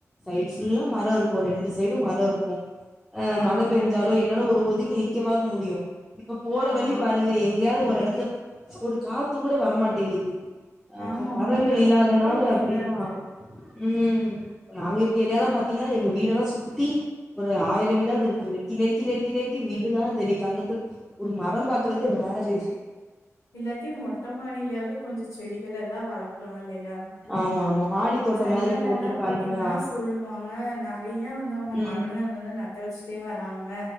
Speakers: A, in the centre; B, on the left.
A: சைடு ஃபுல்லும் மரம் இருக்கும் ரெண்டு சைடும் மரம் இருக்கும் அ
B: ஆமாங்க
A: மழப் பெஞ்சாலெ என்னால்ல ஒரு உதுக் கெவைக்கவாது முடியும் இப்ப போற
B: ஆமா
A: வழி பாருங்க எங்கேயாவது ஒ இடத்துல ஒரு காத்து கூட வரமாட்டேங்குது அ
B: ஆமா
A: மரங்கள்
B: உண்மைதான்
A: இல்லாதனால
B: ரொம்ப வெயிலா
A: அப்டிதான்
B: இருக்கு
A: ம் நாங்க இருக்க ஏரியாலா பாத்தீங்கன்னா எங்க வீடெல்லாம் சுத்தி ஒரு ஆயிரம் வீடாது
B: ஆஹ்
A: இருக்கும் நெறுக்கி நெறுக்கி நெறுக்கி வீடுதான் தெரியும் கண்ணுக் ஒரு மரம் பாக்குறது ரேறு
B: இல்லாட்டி மொட்ட மாடியிலயாவது கொஞ்சம் செடிகள் எல்லாம் வளர்க்கலாம் இல்லயா
A: ஆமா ஆமா மாடி தோட்ட
B: சைனால
A: மாதிரி போட்டு
B: எல்லாம்
A: பண்ணலா
B: பாத்தீங்கன்னா சொல்லுவாங்க நெறைய வந்து அவங்க
A: ம்
B: மரங்கள் வந்து நட் வச்சுட்டே வராங்க